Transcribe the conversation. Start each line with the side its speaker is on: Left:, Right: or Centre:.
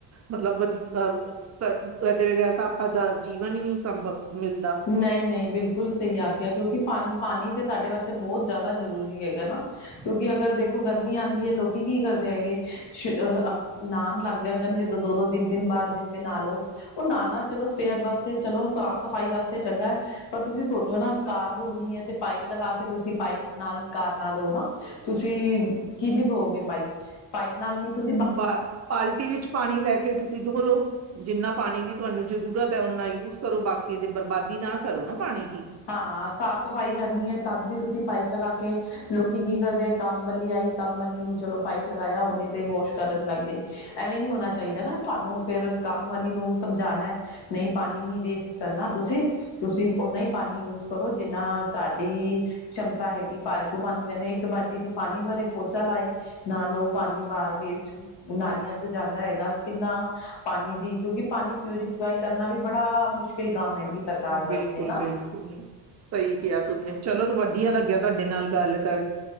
Right: ਮਤਲਬ ਵਧੀ <unintelligible> ਆਪਾਂ ਦਾ ਜੀਵਨ ਈ ਨੀ ਸੰਭਵ ਮਿਲਦਾ।
Left: ਨਈ-ਨਈ ਬਿਲਕੁਲ ਸਹੀ ਆਖਿਆ, ਕਿਉਂਕਿ ਪਾਨੀ, ਪਾਨੀ ਤੇ ਸਾਡੇ ਵਾਸਤੇ ਬੋਤ ਜਾਦਾ ਜ਼ਰੂਰੀ ਹੈਗਾ ਨਾ। ਕਿਉਂਕਿ ਅਗਰ ਦੇਖੋ ਗਰਮੀ ਆਂਦੀ ਐ, ਲੋਕੀ ਕੀ ਕਰਦੇ ਹੈਗੇ ਸ਼ ਅਹ ਨਾਨ ਲੱਗ ਜੰਗਨ ਨੇ ਦੋ-ਦੋ, ਤਿੰਨ-ਤਿੰਨ ਬਾਰ ਦਿਨ ਮੇ ਨਾ ਲੋ। ਓ ਨਾਣਾ ਚਲੋ ਸੇਹਤ ਵਾਸਤੇ ਚਲੋ ਸਾਫ਼-ਸਫ਼ਾਈ ਵਾਸਤੇ ਚੰਗਾ ਪਰ ਤੁਸੀਂ ਸੋਚੋ, ਨਾ ਕਾਰ ਧੋਣੀ ਐ ਤੇ ਪਾਈਪ ਲਗਾ ਕੇ ਤੁਸੀਂ ਪਾਈਪ ਨਾਲ ਕਾਰ ਨਾ ਲੋ ਨਾ। ਤੁਸੀਂ ਕਿਬੀ ਧੋਗੇ ਪਾਈਪ-ਪਾਈਪ ਨਾਲ ਨੀ ਤੁਂ
Right: ਬਾ ਬਾਲਟੀ ਵਿੱਚ ਪਾਨੀ ਲੈ ਕੇ, ਤੁਸੀਂ ਧੋ ਲੋ ਜਿੰਨਾ ਪਾਨੀ ਦੀ ਤੁਆਨੂੰ ਜ਼ਰੂਰਤ ਤੇ ਓਨਾ ਯੂਜ ਕਰੋ, ਬਾਕੀ ਦੀ ਬਰਬਾਦੀ ਨਾ ਕਰੋ ਨਾ ਪਾਣੀ ਦੀ।
Left: ਹਾਂ ਸਾਫ਼-ਸਫ਼ਾਈ ਕਰਨੀ ਏ, ਤਦ ਵੀ ਤੁਸੀਂ ਪਾਈਪ ਲਗਾ ਕੇ ਲੋਕੀ ਕੀ ਕਰਦੇ ਅਨ ਕੰਮ ਵਾਲੀ ਆਈ ਕੰਮ ਵਾਲੀ ਨੂੰ ਚਲੋ, ਪਾਈਪ ਲਗਾਇਆ ਓਨੇ ਤੇ ਵੋਸ਼ ਕਰਨ ਲੱਗ ਗਈ‌। ਐਵੇਂ ਨੀ ਹੋਨਾ ਚਾਇਦਾ ਨਾ ਤੁਆਨੂੰ, ਫਿਰ ਕੰਮ ਵਾਲੀ ਨੂੰ ਸਮਝਾਣਾ ਨਈ ਪਾਨੀ ਨੀ ਵੇਸਟ ਕਰਨਾ ਤੁਸੀਂ, ਤੁਸੀਂ ਓਨਾ ਈ ਪਾਨੀ ਯੂਜ ਕਰੋ ਜਿੰਨਾ ਸਾਡੀ ਸ਼ਮਤਾ ਹੈਗੀ ਪਾਲਤੂ ਪਾਨੀ ਲੈਂਵੇ, ਇੱਕ ਬਾਲਟੀ ਚ ਪਾਨੀ ਭਰੇ ਪੋਚਾ ਲਾਏ। ਨਾਲ ਓ ਪਾਨੀ ਬਾਰ ਵੇਸਟ, ਨਾਲੀਆਂ ਤੇ ਜਾਂਦਾ ਹੈਗਾ ਕਿੰਨਾ ਪਾਨੀ ਦੀ ਕਿਉਂਕਿ, ਪਾਨੀ ਪਿਊਰੀਫਾਈ ਕਰਨਾ ਵੀ ਬੜਾ ਮੁਸ਼ਕਿਲ ਕੰਮ ਹੈਗੀ। ਸਰਕਾਰ ਵਾਸਤੇ
Right: ਬਿਲਕੁਲ-ਬਿਲਕੁਲ
Left: ਨਾ
Right: ਸਈ ਕੇਆ ਤੂੰਮ ਨੇ ਚਲੋ ਵਧੀਆ ਲੱਗਿਆ ਤੁਆਡੇ ਨਾਲ ਗੱਲ ਕਰ